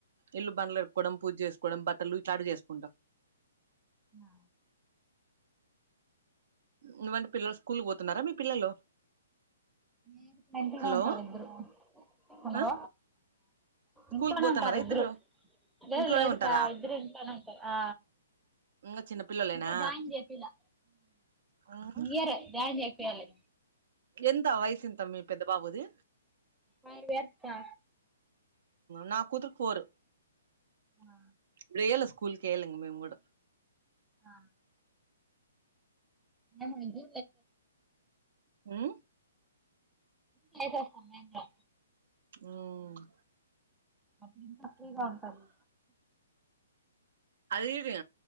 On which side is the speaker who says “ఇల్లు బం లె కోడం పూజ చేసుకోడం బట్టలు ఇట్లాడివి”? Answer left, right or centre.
Right